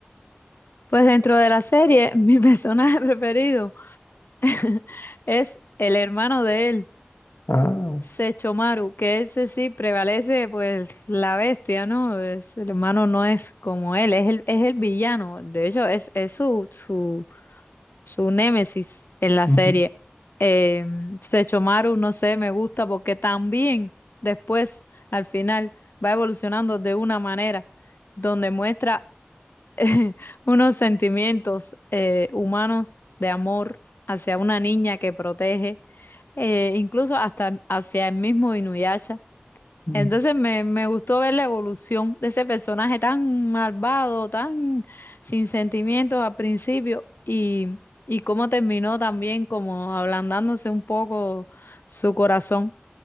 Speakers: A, on the left; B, on the left.
A: Pues dentro de la serie, <laughs> mi personaje preferido. <laughs> Es el hermano de él,
B: Ah,
A: Sechomaru, que ese sí prevalece, pues la bestia, ¿no? Es, el hermano no es como él, es el, es el villano. De hecho, es, es su, su, su némesis en la
B: ujú,
A: serie. Eh, Sechomaru, no sé, me gusta porque también después, al final, va evolucionando de una manera donde muestra. <laughs> unos sentimientos eh, humanos de amor hacia una niña que protege, eh, incluso hasta hacia el mismo Inuyasha.
B: ujú,
A: Entonces me, me gustó ver la evolución de ese personaje tan malvado, tan sin sentimientos al principio y, y cómo terminó también como ablandándose un poco su corazón.